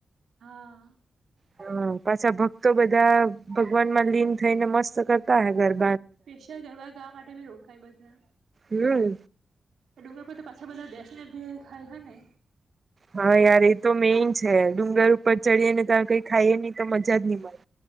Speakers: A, on the right (about 75°); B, on the right (about 45°).
A: હા.
B: હ પાછા ભક્તો બધા ભગવાન માં લીન થઈને મસ્ત કરતા હે ગરા.
A: સ્પેશિયલ ગરબા ગાવા માટે બી રોકાય બધા.
B: હમ
A: ડુંગા પર તો પાછા બધા બેસીને ભી ખાય હ ને
B: હા યાર એ તો મેઈન છે ડુંગર ઉપર ચડીએ ને તારે કઈ ખાઈ નહી તો મજા જ નહી મળે.